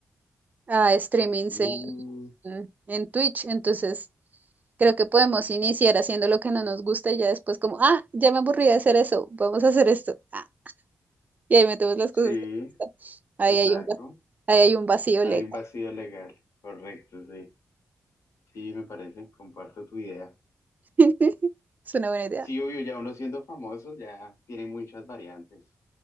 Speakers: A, on the right; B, on the left.
A: a streamings
B: Mm,
A: en, en Twitch. Entonces, creo que podemos iniciar haciendo lo que no nos gusta y ya después como, ah, ya me aburrí de hacer eso, vamos a hacer esto. Ah, y ahí metemos las
B: sí,
A: cosas. que nos gustan. Ahí
B: exacto.
A: hay un, va- ahí hay un vacío
B: Hay
A: legal.
B: un vacío legal, correcto, sí. Sí, me parece, comparto tu idea.
A: <laughs> Es una buena idea.
B: Sí, obvio, ya uno siendo famoso ya tiene muchas variantes.